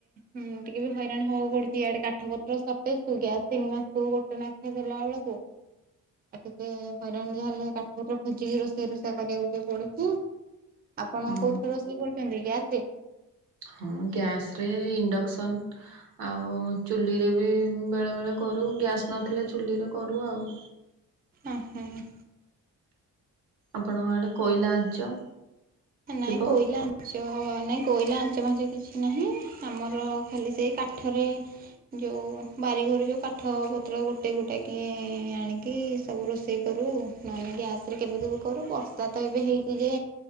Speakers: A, on the right; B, on the right.
A: ଟିକେ ବି ହଇରାଣ୍ ହବାକୁ ପଡୁଚି। ଇଆଡ଼େ କାଠ ପତ୍ର ତିନି ମାସକୁ ଗୋଟେ ନା ହେଇ ଦେଲା ବେଳକୁ ଆଉ ଟିକେ ହଇରାଣ ଯାହା ହେଲେ କାଠ ପା ଖୋଜିକି ରୋଷେଇ ରୋଷେଇ କରିବାକୁ ଟିକେ ପଡୁଛିୁ। ଆପଣ
B: ହୁଁ
A: କୋଉଥିରେ ରୋଷେଇ କରୁଛନ୍ତି ଗ୍ୟାସରେ?
B: ହଁ ଗ୍ୟାସ୍ରେ ଇଣ୍ଡକ୍ସନ୍। ଆଉ ଚୁଲିରେ ବି ବେଳେ ବେଳେ କରୁ ଗ୍ୟାସ୍ ନଥିଲେ ଚୁଲିରେ କରୁ ଆଉ।
A: ହ ହଁ।
B: ଆପଣଙ୍କ ଆଡ଼େ କୋଇଲା ଆଞ୍ଚ।
A: ହେ ନାଇଁ
B: ଥିବ
A: କୋଇଲା। ପାଞ୍ଚ ନାଇଁ କୋଇଲା ଆଞ୍ଚ ଫାଞ୍ଚ କିଛି ନାହିଁ ଆମର ଖାଲି ସେଇ କାଠରେ ଯୋଉ ବାରିଘରୁ ଯୋଉ କାଠ ପତ୍ର ଗୋଟେ ଗୋଟେ କିଏ ଆଣିକି ସବୁ ରୋଷେଇ କରୁ ନହେ ଗ୍ୟାସ ରେ କେବେ ସବୁ କରୁ ବର୍ଷା ତ ଏବେ ହେଇଛିି ଯେ